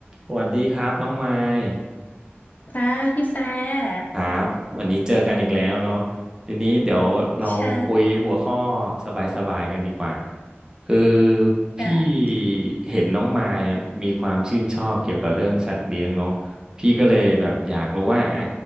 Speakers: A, on the right; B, on the left.
A: สวัสดีครับน้องไมค์
B: ค่ะพี่แฟร์
A: ครับวันนี้เจอกันอีกแล้วเนาะทีนี้เดี๋ยวเราคุยหัวข้อ
B: ใช่
A: สบายๆกันดีกว่าคือพี่
B: แต่
A: เห็นน้องมายอะมีความชื่นชอบเกี่ยวกับเรื่องสัตว์เลี้ยงเนาะพี่ก็เลยแบบอยากรู้ว่าอ่ะ